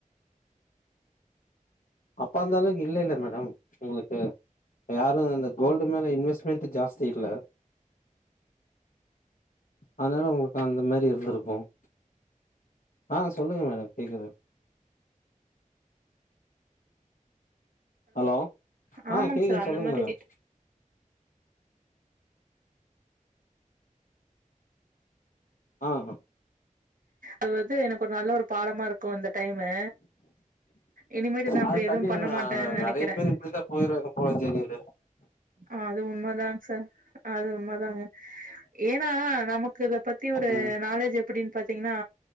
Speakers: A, on the left; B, on the right.
A: அப்ப அந்த அளவுக்கு இல்லல்ல மேடம் உங்களுக்கு யாரும் அந்த கோல்டு மேல இன்வெஸ்மெண்ட் ஜாஸ்தி இல்ல அதனால உங்களுக்கு அந்த மாரி இருந்திருக்கும் ஆ சொல்லுங்க மேடம் கேக்குது ஹலோ
B: ஆமாங்க
A: ஆ கேக்குது
B: சார் அந்த
A: சொல்லுங்க
B: மாரி
A: மேடம் ஆ ஆ
B: அது வந்து எனக்கு ஒரு நல்ல ஒரு பாடமா இருக்கும் இந்த டைமு இனிமேட்டு நா அப்டி
A: அதுக்காண்டி
B: எதுவு பண்ண மாட்டேன்னு
A: அ
B: நெனைக்கிறே
A: நறைய பேரு இப்டித்தா போய்றாங்க போல ஜலீலு
B: ஆ அது உண்ம தாங்சார் அது உண்ம தாங்க ஏன்னா நமக்கு இத பத்தி ஒரு
A: ம்
B: நாலேஜ் எப்டின்னு பாத்தீங்கின்னா